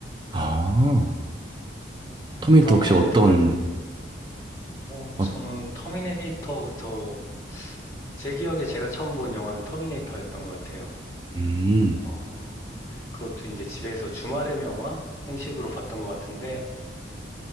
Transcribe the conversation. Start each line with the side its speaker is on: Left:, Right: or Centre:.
Right: 아, 터미네이터
Left: 터미네이터가,
Right: 혹시 어떤
Left: 어,
Right: 어,
Left: 저는 터미네이터부터, 제 기억에 제가 처음 본 영화는 터미네이터였던 것 같아요.
Right: 음
Left: 어, 그것도 이제 집에서 주말의 명화 형식으로 봤던 것 같은데,